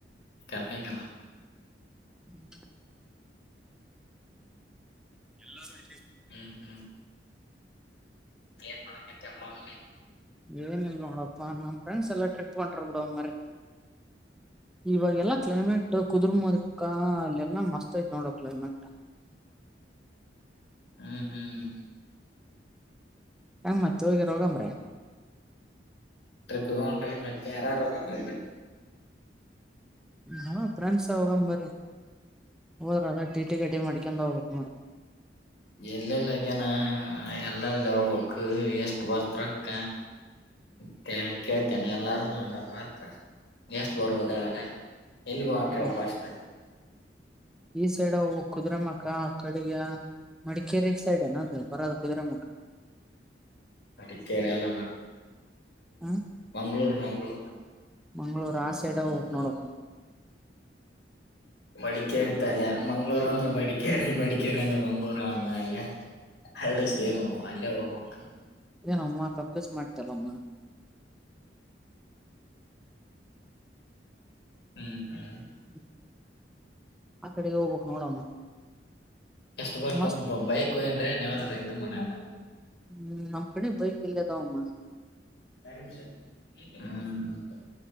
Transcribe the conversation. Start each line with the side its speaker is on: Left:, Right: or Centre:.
Left: ಕರ್ಕಂಗಲ್ಲ
Centre: ಹ್ಮ ಎಲ್ಲಾರು
Left: ಹ್ಮ್ ಹ್ಮ್ ಏನ್ ಮಾಡಕೈತಿ ಅಮ್ಮ ಅವೇ
Centre: ಏನ ಇಿಲ್ಲ ನೋಡಪ್ಪಾ ನಮ್ ಫ್ರೆಂಡ್ಸ್ ಎಲ್ಲ ಟ್ರಿಪ್ ಹೊಂಟಾರ ಬಿಡ ಮ್ರ ಇವಾಗ ಎಲ್ಲಾ ಕ್ಲೈಮೇಟ್ ಕುದುರ್ಮದಕ ಇಲ್ಲೆಲ್ಲಾ ಮಸ್ತ್ ಆಯತ್ ನೋಡೋ ಕ್ಲೈಮೇಟ್
Left: ಹ್ಮ್ ಹ್ಮ್
Centre: ಹೆಂಗ ಮತ್ತ ಹೋಗ್ಯಾರ ಹೋಗಂಬ್ರಿ
Left: ಪಗ ಮತ್ತೆ ಯರಾರೋಗನ್
Centre: ಹಾ ಫ್ರೆಂಡ್ಸ ಹೋಗ ಬರ ಹೋದ್ರ ಅದ ಟಿ ಟಿ ಗಡ್ಡಿ ಮಾಡ್ಕೊಂಡ ಹೋಗ್ಬೇಕಕ್ ನೋಡ್ರ
Left: ಎಲ್ಲೆಲ್ಲಗನಾ ಎಲ್ಲಲ್ಲಿ ಹಬಕ್ ಎಷ್ಟ ಬರ್ತ್ರಕ್ಕ ಮತ್ತೆ ಕೇಳ್ತೇನೆ ಎಲ್ಲಾರನು ಅಂದ ಮಾಡತ ಎಸ್ಟ್ ಬರುವದಳಗೆ ಎಲ್ಲಿಗೋ ಅಂಟ್ರ
Centre: ಹ್ಮ
Left: ಅಪ್ಪ ಅಷ್ಟೆ
Centre: ಈ ಸೈಡ್ ಕುದುರಮಕ್ಕ ಆ ಕಡೆಗ ಮಡಿಕೇರಿ ಸೈಡ್ ಅನ ಬರೋದು ಕುದುರೆೆ ಮುಖ
Left: ಅಡಕ್ಕೆರಲ
Centre: ಹ
Left: ಮಂಗಳೂರು ಮಂಗಳೂರು
Centre: ಮಂಗಳೂರು
Left: <unintelligible>
Centre: ಆ ಸೈಡ್ ಹೋಗ್ಬೇಕ್ ನೋಡಪ್ಪ
Left: ಮಡಿಕೇರಿತಲ್ಲ ಮಂಗ್ಳೂರ್ ಅಂದ್ರ ಮಡಿಕೇರಿ ಮಡಿಕೇರಿ ಅಂದ್ರ ಮಂಗರು ಆಮ ಎಲ್ಲ ಅಡೆ ಸೇಮ್ ಆ ಅಲ್ಲೇ ಹ ೆ
Centre: ಇದೇನ ಅಮ್ಮ ಕಂಪ್ಯೂಸ್ ಮಾಡ್ತಲ್ಲ ಅಮ್ಮ
Left: ಹ್ಮ್ ಹ್ಮ್
Centre: ್ಮ ಆ ಕಡೆ ಹೋಗ್ಕ್ ನೋಡಮ್ಮ
Left: ಎಷ್ಟು ಬರ್ತ
Centre: ಮಸ್ತ್
Left: ಬೈಕ್ ಏನ್್ ನೀವದ್ರ ಇದ ಮನದ
Centre: ಹ್ಮ್ ನಮ್ ಕಡೆ ಬೈಕ್ ಎಲ್ಲ ಅದಾವಮ್ಮ
Left: ಸರಿ ಸರ್ ಹ